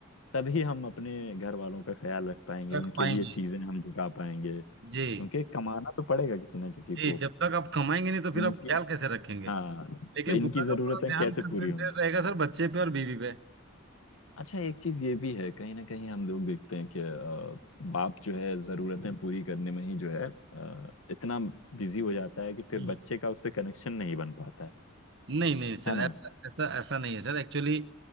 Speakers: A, on the left (about 80°); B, on the right (about 60°).
A: तभी हम अपने घर वालों का ख्याल रख पाएंगे
B: रख
A: उनके
B: पाएंगे
A: लिए चीजें हम जुटा पाएंगे
B: जी
A: क्योंकि कमाना तो पड़ेगा किसी ना किसी
B: जी
A: को
B: जब तक आप कमाएंगे नहीं तो फिर
A: इनकी
B: आप ख्याल कैसे रखेंगे
A: हाँ
B: लेकिन
A: तो इनकी
B: पूरा का
A: जरूरतें
B: पूरा ध्यान
A: कैसे पूरी
B: कंसंट्रेट
A: होंगी
B: रहेगा सर बच्चे पे और बीवी पे
A: अच्छा एक चीज ये भी है कहीं ना कहीं हम लोग देखते हैं कि अ, बाप जो है जरूरतें पूरी करने में ही जो है अ, इतना बिजी हो जाता है कि फिर
B: हम्म।
A: बच्चे का उससे कनेक्शन नहीं बन पाता है
B: नहीं नहीं सर
A: है ना
B: ऐसा ऐसा ऐसा नहीं है सर एक्चुअली